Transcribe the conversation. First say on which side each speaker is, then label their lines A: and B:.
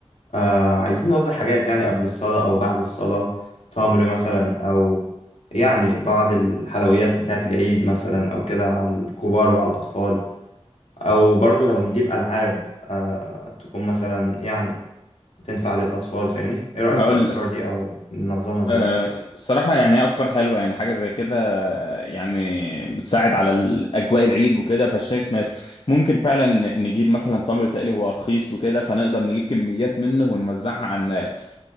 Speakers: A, on the left; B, on the left.
A: آه عايزين نوزع حاجات يعني قبل الصلاة أو بعد الصلاة تمر مثلا أو يعني بعض الحلويات بتاعة العيد مثلا أو كده على الكبار وعلى الأطفال أو برضو لو نجيب ألعاب آه تكون مثلا يعني تنفع للأطفال فاهمني إيه رأيك
B: هقول
A: في الأفكار
B: لك
A: دي أو ننظمها إزاي؟
B: آه، الصراحة يعني هي أفكار حلوة يعني حاجة زي كده آه، يعني بتساعد على ال- أجواء العيد وكده فشايف ماشي ممكن فعلا ن- نجيب مثلا تمر تقلي هو رخيص وكده فنقدر نجيب كميات منه ونوزعها على الناس